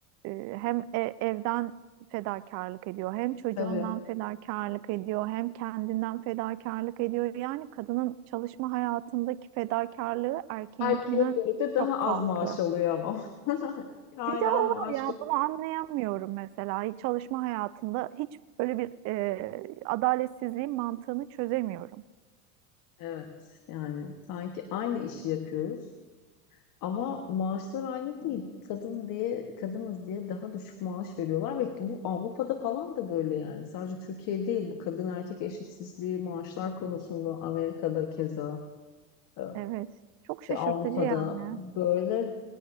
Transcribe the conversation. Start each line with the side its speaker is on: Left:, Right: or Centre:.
Right: Ee, hem e- evden fedakarlık ediyor, hem çocuğundan
Left: Tabii.
Right: fedakarlık ediyor, hem kendinden fedakarlık ediyor. Yani kadının çalışma hayatındaki fedakarlığı erkeğinkinden
Left: Erkeğe göre de daha
Right: çok
Left: az
Right: farklı.
Left: maaş alıyor ama. <laughs> Hala
Right: Bir de o
Left: maaş
Right: var ya
Left: ko-
Right: bunu anlayamıyorum mesela. Çalışma hayatında hiç böyle bir e, adaletsizliğin mantığını çözemiyorum.
Left: Evet. Yani sanki aynı işi yapıyoruz. Ama maaşlar aynı değil. Kadın diye, kadınız diye daha düşük maaş veriyorlar ve bu Avrupa'da falan da böyle yani. Sadece Türkiye değil bu kadın erkek eşitsizliği maaşlar konusunda Amerika'da keza. e,
Right: Evet. Çok şaşırtıcı
Left: Avrupa'da
Right: yani.
Left: böyle